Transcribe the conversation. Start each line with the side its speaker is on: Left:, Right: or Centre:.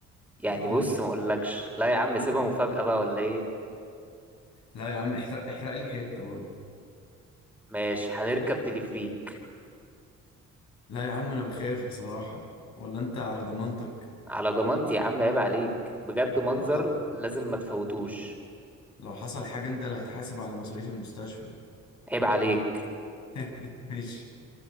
Centre: يعني
Left: قول
Centre: بص
Left: لي
Centre: ما اقولكش لا يا عم سيبها مفاجأة بقى ولا ايه
Left: لا يا عم احرق احرق لي حتة برضه
Centre: ماشي هنركب تليفريك
Left: لا يا عم انا بخاف بصراحة ولا انت على ضمانتك
Centre: على ضمانتي يا عم عيب عليك بجد منظر
Left: لو ح...
Centre: لازم ما تفوتوش
Left: لو حصل حاجة انت اللي هتحاسب على مصاريف المستشفى
Centre: عيب عليك
Left: <laughs> ماشي